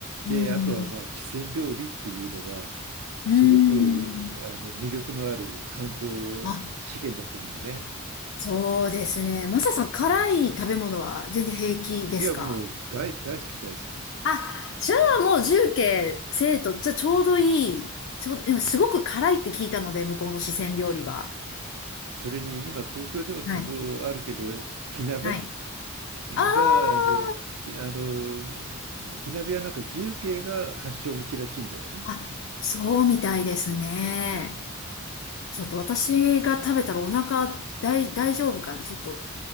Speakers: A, on the right (about 80°); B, on the left (about 60°).
A: であとはまあ四川料理っていうのが
B: うん、うん。
A: すごくあの魅力のある観光資源だと思うね。
B: あ、そうですね。マサさん、辛い食べ物は全然平気ですか
A: いやもう大、大好き大好き。
B: あ、じゃあもう重慶、生徒、じゃあちょうどいい。ちょうど、今すごく辛いって聞いたので、向こうの四川料理は。
A: それに今東京でもとこあるけど火鍋
B: はい。はい。あ
A: があのひあの火鍋はなんか自由形が発祥の地らしいんだよね。
B: あ、あ、そうみたいですね。
A: うんうんうん、
B: ちょっと私が食べたらお腹大、大丈夫かなちょっと